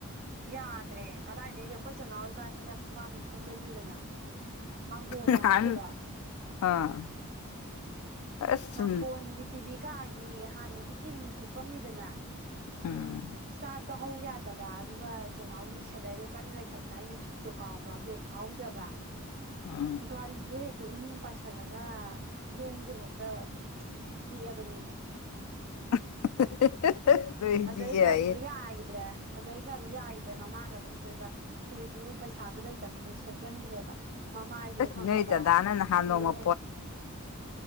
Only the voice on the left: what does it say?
ꯅꯍꯥꯟ
ꯑꯥ ꯑꯁ
ꯎꯝ
ꯎꯝ
<inaudible> ꯅꯣꯏꯗꯤ
ꯌꯥꯏꯌꯦ
ꯑꯁ
ꯅꯣꯏ ꯗꯗꯥꯅ ꯅꯍꯥꯟ ꯅꯣꯡꯃ